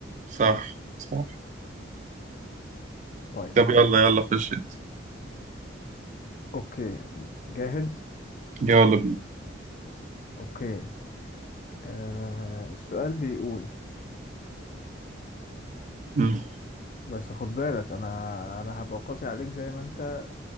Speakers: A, on the right; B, on the left.
A: صح صح
B: طيب
A: طب يلا يلا خش أنت
B: اوكي جاهز
A: يلا بينا
B: اوكي آه... السؤال بيقول
A: مم.
B: بس خد بالك انا انا هبقى قاسي عليك زي ما انت